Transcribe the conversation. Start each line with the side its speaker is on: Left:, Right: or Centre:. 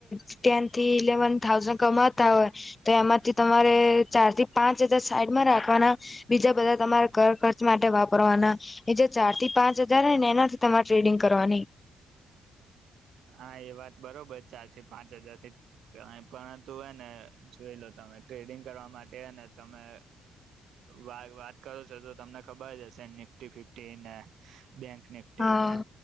Left: ટેન થી ઇલેવન થાઉઝન્ કમાતા હોય તો એમાંથી તમારે ચાર થી પાંચ હજાર સાઈડમાં રાખવાના બીજા બધા તમારા ઘ ખર્ચ માટે વાપરવાના એ જે ચાર થી પાંચ હજાર ને એનાથી તમારે ટ્રેડિંગ કરવાની
Right: હા એ વાત બરોબર ચાર થી પાંચ હજાર થી પરંતુ હ ને જોઈ લો તમે ટ્રેડિંગ કરવા માટે હને તમે વા વાત કરો છો તો તમને ખબર જ હશે નિફ્ટી ફિફ્ટી ને બેંક નિફ્ટી
Left: હા
Right: ના